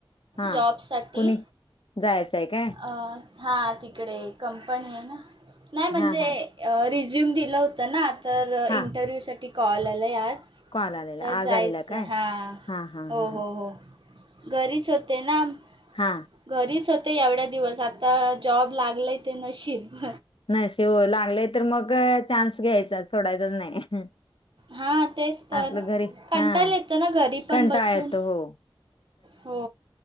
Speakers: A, on the left; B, on the right.
A: हा
B: जॉबसाठी.
A: कुणी जायचंय का
B: हां तिकडे कंपनी आहे ना नाही म्हणजे
A: हा हा
B: रिझ्युम दिलं होतं ना तर
A: हा
B: इंटरव्ह्यूसाठी कॉल आला आज.
A: कॉल आलेला
B: तर
A: आज
B: जायच
A: आलेला काय
B: हा
A: हा हा
B: हो
A: हा हा
B: हो हो. घरीच होते ना.
A: हां.
B: घरीच होते एवढ्या दिवस आता जॉब लागलाय ते नशीब.
A: नाही शिव लागले तर मग चान्स घ्यायचा सोडायचाच नाही.
B: हा, ह तेच तर
A: आपलं घरी
B: कंटायला
A: हा
B: येतं ना घरी पण
A: कंटाळा
B: बसून
A: येतो हो
B: हो.